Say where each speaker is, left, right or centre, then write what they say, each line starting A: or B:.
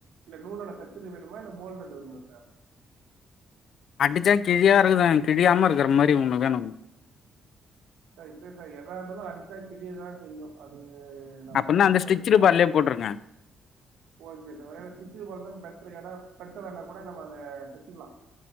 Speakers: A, on the right (about 80°); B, on the left (about 70°).
A: இல்ல நூலால தச்சது வேணுமா இல்ல மோல்டடு வேணுமா சார்
B: அடிச்சான் கிழியா இருக்குத கிழியாம இருக்கிற மாதிரி ஒண்ணு வேணும்
A: ச இல்ல சார் எதா இருந்தாலும் அடிச்சா கிழயதான் செய்யும் அது அது நம்ம
B: அப்பன்னா
A: அடிக்கிறத
B: அந்த ஸ்டிச்சடு
A: வச்சுதா
B: பால்லே போட்ருங்க
A: ஓகே சார் ஏன்னா ஸ்டிச்சிடு பால்தா பெட் <unintelligible> வேனா கூட நம்ம அத தச்சிக்கலாம்